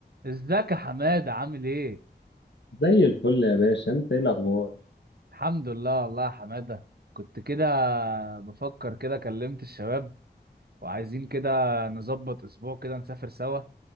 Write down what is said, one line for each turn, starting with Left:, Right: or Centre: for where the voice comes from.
Right: ازيك يا حماده عامل ايه
Left: زي الفل يا باشا انت ايه الاخبار
Right: الحمد لله والله يا حماده كنت كده بفكر كده كلمت الشباب وعايزين كده نظبط اسبوع كده نسافر سوا